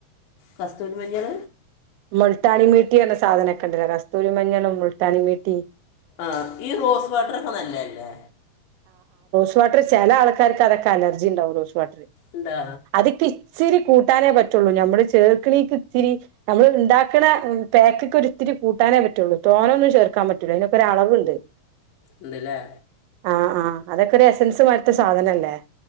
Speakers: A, on the left; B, on the right.
A: കസ്തൂരി മഞ്ഞൾ
B: മിൾട്ടാണി മിൾട്ടി പറഞ്ഞ സ് സാധനക്കണ്ടല്ലാ കസ് കസ്തൂരി മഞ്ഞളും മുൾട്ടാണി മിട്ടി
A: ആഹ് ഈ റോസ് വാട്ടറൊക്കെ നല്ലല്ലേ
B: വാട്ടറ് ചില ആൾക്കാർക്ക് അതൊക്കെ അലർജിണ്ടാവും വട്ടർ
A: ഉണ്ടോ
B: അതിക്കി ഇച്ചിരി കൂട്ടാനേ പറ്റുള്ളൂ നമ്മുടെ ചേർക്കിണിക്ക് ഇത്തിരി നമ്മൾ ഇണ്ടാക്കണ പാക്ക് ക്കൊരിത്തിരി കൂട്ടാനേ പറ്റുള്ളൂ തോനെന്നും ചേർക്കാൻ പറ്റൂല അയ്നൊക്കെ ഒരളവുണ്ട്
A: ഇണ്ട്ല്ലേ
B: ആഹ് ആഹ് അതൊക്കെ ഒരു എസൻസ് മാരിത്തെ സാധനല്ലേ